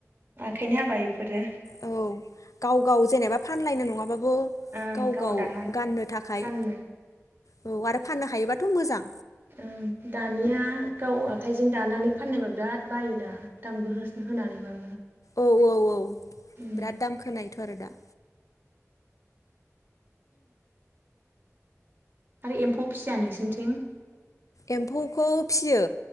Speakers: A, on the right; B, on the left.
A: खाइनि हाबा इफोरो।
B: औ गाव गाव जेनेबा फानलायनो नङा नंगौ
A: ओं
B: गाव गाव
A: दानानै
B: गाननो थाखाय
A: गाननो
B: औ आरो फाननो हायोबाथ मोजां।
A: ओं दानिया गाव आखाइजों दानानै फाननायबा बिराद बायोदा दाम गो होस होनानैबाबो
B: औ औ औ
A: उम
B: बिराद दाम खोनायो <inaudible>
A: आरो एम्फौ फिया नोंसिनिथिं?
B: एम्फौखौफियो